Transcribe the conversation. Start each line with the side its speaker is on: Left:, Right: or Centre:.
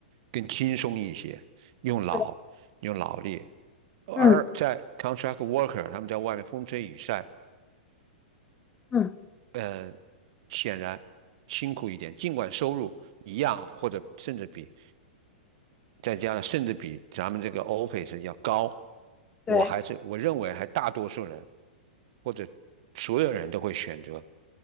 Right: 更轻松一些，用脑用脑力。
Left: 是的
Right: 而在
Left: 嗯
Right: contract worker，他们在外面风吹雨晒，
Left: 嗯，
Right: 嗯，显然辛苦一点，尽管收入一样或者甚至比再加上甚至比咱们这个 Office 要高，
Left: 对，
Right: 我还是我认为还大多数人或者所有人都会选择